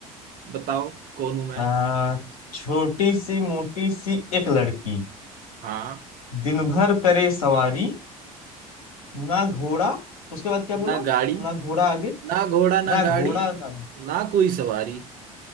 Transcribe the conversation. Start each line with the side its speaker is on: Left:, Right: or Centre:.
Right: बताओ कौन हूं मैं
Left: आ, छोटी सी मोटी सी एक लड़की
Right: हाँ
Left: दिन भर करे सवारी ना घोड़ा उसके बाद क्या बोला
Right: ना गाड़ी
Left: ना घोड़ा आगे
Right: ना घोड़ा ना
Left: ना घोड़ा
Right: गाड़ी
Left: ना
Right: ना कोई सवारी